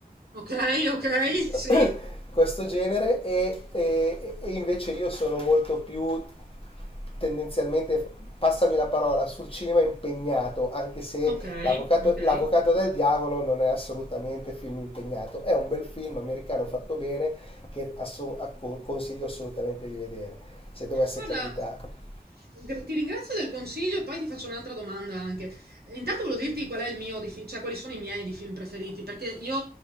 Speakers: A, on the right (about 85°); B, on the left (about 35°).
A: Okay, okay, sì.
B: <laughs> questo genere, e, e- e invece io sono molto più tendenzialmente, passami la parola, sul cinema impegnato, anche se
A: Okay,
B: l'avvocato,
A: okay.
B: l'avvocato del diavolo non è assolutamente film impegnato, è un bel film americano fatto bene che assu- acco- consiglio assolutamente di vedere, se dovesse
A: Guarda,
B: capitare.
A: gra- ti ringrazio del consiglio e poi ti faccio un'altra domanda anche. Eh, Intanto volevo dirti qual è il mio di fi- cioè quali sono i miei di film preferiti, perché io